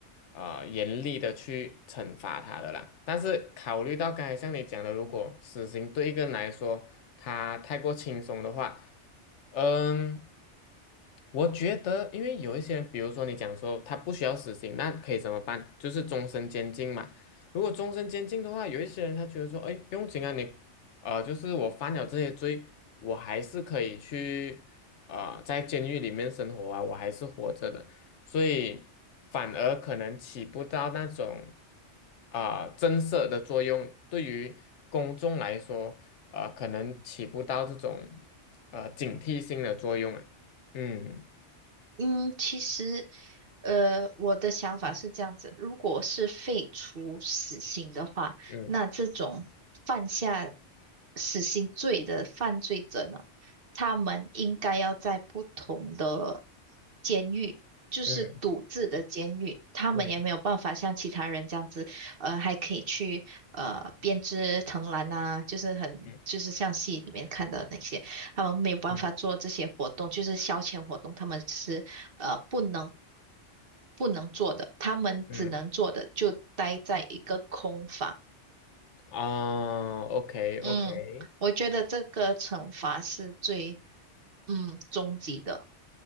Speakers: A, on the left (about 75°); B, on the right (about 50°).
A: 呃严厉的去惩罚他的啦。但是考虑到刚才像你讲的，如果死刑对一个人来说他太过轻松的话，嗯，我觉得因为有一些人，比如说你讲说他不需要死刑，那可以怎么办？就是终身监禁嘛。如果终身监禁的话，有一些人他觉得说，哎，不用紧啊，你呃，就是我犯了这些罪，我还是可以去啊、呃在监狱里面生活啊，我还是活着的，所以反而可能起不到那种啊、震慑的作用，对于公众来说，呃，可能起不到这种呃警惕性的作用啊。嗯
B: 嗯，其实。呃，我的想法是这样子，如果是废除死刑的话，
A: 嗯
B: 那这种犯下死刑罪的犯罪者呢，他们应该要在不同的监狱，就是独自的监狱，
A: 嗯
B: 他们也没有办法像其他人这样子，
A: 嗯
B: 呃，还可以去呃编织藤篮啊，就是很就是像戏里面看的那些，
A: 嗯
B: 他们没有办法做这些活动，
A: 嗯
B: 就是消遣活动，他们是呃不能不能做的，他们只能做的就待在一个空房。
A: 嗯，啊 o k OK。
B: 嗯，我觉得这个惩罚是最嗯终极的。